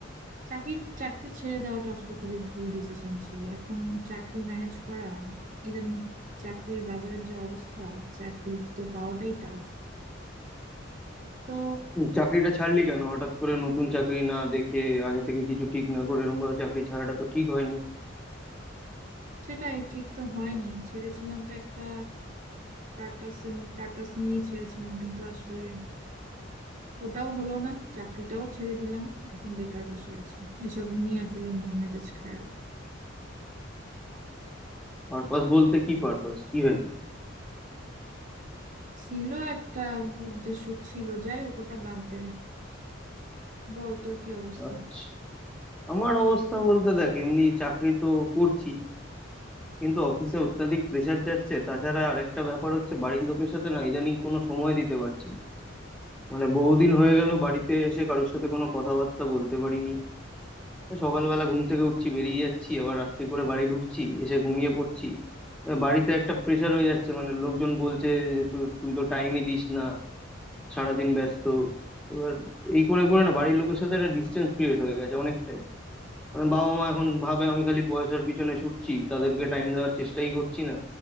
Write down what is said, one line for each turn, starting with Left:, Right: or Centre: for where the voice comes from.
Right: চাকরি চাকরি ছেড়ে দেওয়াটা আসলে খুবই ভুল ডিসিশন ছিল এখন চাকরি ম্যানেজ করা ইদানিং চাকরির বাজারের যে অবস্থা চাকরি তো পাওয়াটাই টাফ তো
Centre: হুম, চাকরিটা ছাড়লি কেন হঠাৎ করে নতুন চাকরি না দেখে আগে থেকে কিছু ঠিক না করে এরকম ভাবে চাকরি ছাড়াটা তো ঠিক হয়নি
Right: সেটাই ঠিক তো হয়নি ছেড়েছিলাম তো একটা পারপাস পারপাস নিয়ে ছেড়েছিলাম কিন্তু আসলে ওটাও হলো না চাকরিটাও ছেড়ে দিলাম এখন বেকার বসে আছি এসব নিয়ে আসলে মন মেজাজ খারাপ
Centre: পারপাস বলতে কি পারপাস কি হয়েছে
Right: ছিল একটা উদ্দেশ্য ছিল যাই হোক ওটা বাদ দে বল তোর কি অবস্থা
Centre: আচ্ছা আমার অবস্থা বলতে দেখ এমনি চাকরি তো করছি কিন্তু অফিসে অত্যাধিক প্রেসার যাচ্ছে তাছাড়া আরেকটা ব্যাপার হচ্ছে বাড়ির লোকের সাথে না ইদানিং কোনো সময় দিতে পারছি না মানে বহুদিন হয়ে গেল বাড়িতে এসে কারোর সাথে কোনো কথাবার্তা বলতে পারিনি তা সকালবেলা ঘুম থেকে উঠছি বেরিয়ে যাচ্ছি আবার রাত্রি করে বাড়ি ঢুকছি এসে ঘুমিয়ে পড়ছি তা বাড়িতে একটা প্রেসার হয়ে যাচ্ছে মানে লোকজন বলছে যে তুই তুই তো টাইমই দিস না সারাদিন ব্যস্ত এবার এই করে করে না বাড়ির লোকের সাথে একটা ডিস্টেন্স ক্রিয়েট হয়ে গেছে অনেকটাই কারণ বাবা মা এখন ভাবে আমি খালি পয়সার পিছনে ছুটছি তাদেরকে টাইম দেওয়ার চেষ্টাই করছি না